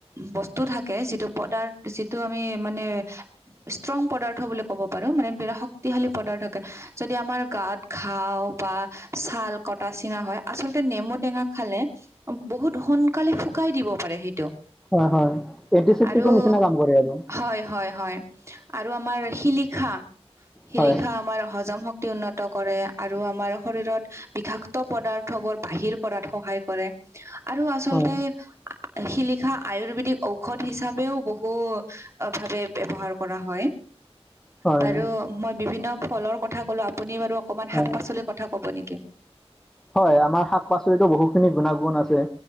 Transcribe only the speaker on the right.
বস্তু থাকে, যিটো পদাৰ, যিটো আমি মানে ষ্ট্ৰং পদাৰ্থ বুলি ক'ব পাৰো, মানে বিৰা শক্তিশালী পদাৰ থাকে, যদি আমাৰ গাত ঘাও বা ছাল কটা চিঙা হয়, আচলতে নেমু টেঙা খালে বহুত সোনকালে শুকাই দিব পাৰে সেইটো।
আৰু
হয়, হয়- হয় আৰু আমাৰ শিলিখা। শিলিখা
আমাৰ হজম শক্তি উন্নত কৰে আৰু আমাৰ শৰীৰত বিষাক্ত পদাৰ্থবোৰ বাহিৰ কৰাত সহায় কৰে। আৰু আচলতে
শিলিখা আয়ুৰ্বেদিক ঔষধ হিচাপেও বহু অ ভাৱে ব্যৱহাৰ কৰা হয়।
বাৰু মই বিভিন্ন ফলৰ কথা ক'লো, আপুনি বাৰু অকমান শাক
পাচলিৰ কথা ক'ব নেকি।